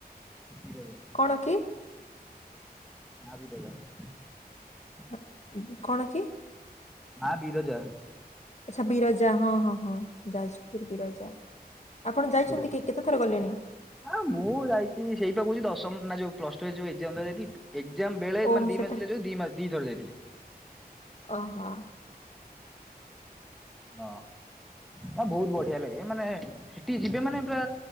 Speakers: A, in the centre; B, on the left.
A: ବିରଜା
B: କଣ କି?
A: <unintelligible>
B: ଆ ଉ କଣ କି?
A: ମା ବିରଜା।
B: ଆଛା ବିରଜା ହଁ ହଁ ହଁ ଯାଜପୁର ବିରଜା। ଆପଣ ଯାଇଛନ୍ତି
A: ବିର
B: କି କେତେ ଥର ଗଲେଣି
A: ଆଉ ମୁଁ ଯାଇଛି ସେଇଟା କହୁଛି ଦଶମ ନା ଯୋଉ ପ୍ଲସ ଟୁ ଯୋଉ ଏକ୍ଜାମ ଦବାକୁ ଯାଇଥିଲି ଏକ୍ଜାମ ବେଳେ
B: ଓହୋ
A: ମାନେ ଦି
B: ସେଟା
A: କ ଥିଲା ଯୋଉ ଦି ମାସ ଦି ଥର ଯାଇଥିଲି।
B: ଓହୋ
A: ହଁ। ନା ବହୁତ ବଢିଆ ଲାଗେ ମାନେ ସେଠିକି ଯିବେ ମାନେ ପୁରା